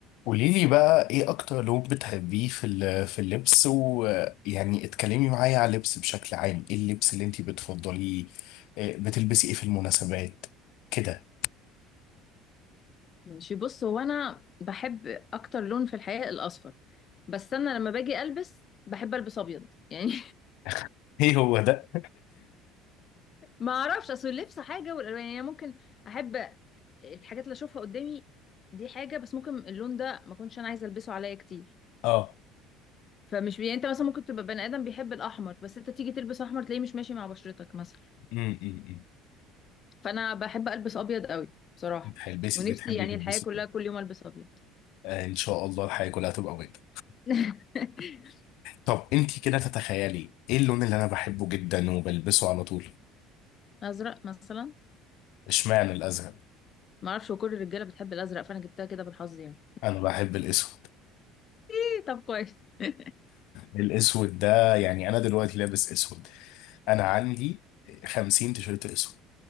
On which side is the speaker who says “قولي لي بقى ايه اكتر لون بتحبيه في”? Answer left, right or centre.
Left